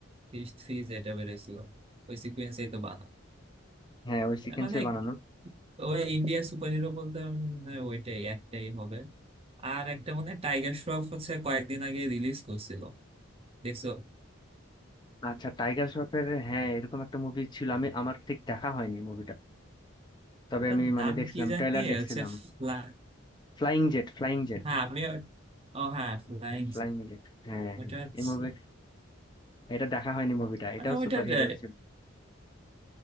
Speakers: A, on the right; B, on the left.
A: ক্রিস থ্রি যেটা বেরোছিল ওই সিকোয়েন্সেই তো বানানো
B: হ্যাঁ ওই সিকোয়েন্সে
A: মানে
B: বানানো
A: ওই ইন্ডিয়া সুপারহিরো বলতে উম, ওইটাই একটাই হবে আর একটা মানে টাইগার শ্রফ হচ্ছে কয়েকদিন আগে রিলিজ করছিল দেখছো
B: আচ্ছা টাইগার শ্রফের হ্যাঁ এরকম একটা মুভি ছিল আমি আমার ঠিক দেখা হয়নি মুভিটা তবে
A: ওইটার
B: আমি মানে
A: নাম
B: দেখছিলাম
A: কি জানি
B: ট্রেলার দেখছিলাম
A: হচ্ছে ফ্লা-
B: Flying jet flying jet
A: হ্যাঁ আমি ও ও হ্যাঁ ফ্লাইং
B: flying jet হ্যাঁ
A: ওটা
B: হ্যাঁ।
A: হচ্ছে-
B: এই মুভি এটা দেখা হয়নি মুভিটা এটাও
A: মানে ওইটার
B: সুপার
A: আহ,
B: হিরো ছিল